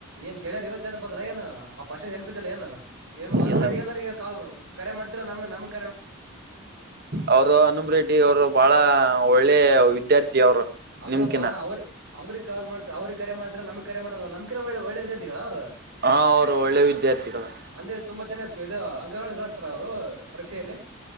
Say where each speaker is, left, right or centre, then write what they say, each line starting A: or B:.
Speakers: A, on the right; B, on the right.
A: ಏನ್ ಗೇಳ್ಯರ್ ಇವತ್ತೇನಪದ್ರ ಏನ ಆ ಪಶ್ನೆ ನನಪಿದಿಲ್ಲ ಏನ ಏ ಅನುಮ
B: ಇಲ್ಲ
A: ರೆಡ್ಡಿ ಎಲ್ಲರಿ ಕಾ ಕರೆ ಮಾಡ್ತಿರಾ ನಮಗೆ ನಮಗೆ
B: ಅವರು ಅನುಪ ರೆಡ್ಡಿ ಅವರು ಬಹಳ ಒಳ್ಳೆ ವಿದ್ಯಾರ್ಥಿ ಅವರು
A: ಅಲ್ಲಪ್ಪಾ
B: ನಿಮ್ಕಿನ
A: ಅವ್ರ ಅವ್ರ ಕಾಲ್ ಮಾಡ್ ಅವ್ರಿಗೆ ಕರೆ ಮಾಡ್ತಾರೆ ನಮ್ ಕ ಮಾಡದಲ್ಲ ನಮ ಕರ ಒಳ್ಳೆ ವ್ಯಿಗಳ ಅವರು
B: ಹ ಅವರು ಒಳ್ಳೆ ವಿದ್ಯಾರ್ಥಿಗಳು
A: ಅಂದ್ರೆ ತುಂಬಾ ಚೆನ್ನ ಇ ಅಂಗಗಳಿಸತಾರೆ ಅವರು ಪರೀಕ್ಷೆಯಲ್ಲಿ